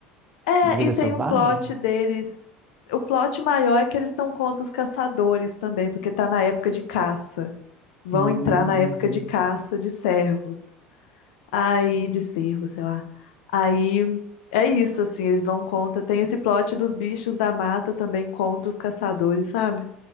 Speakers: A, on the left; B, on the right.
A: É,
B: na vida
A: e tem
B: selvagem?
A: um plot deles. O plot maior é que eles estão contra os caçadores também, porque tá na época de caça. Vão
B: Hum.
A: entrar na época de caça de servos. Aí, de cervos sei lá. Aí é isso, assim, eles vão contra. Tem esse plot dos bichos da mata também contra os caçadores, sabe?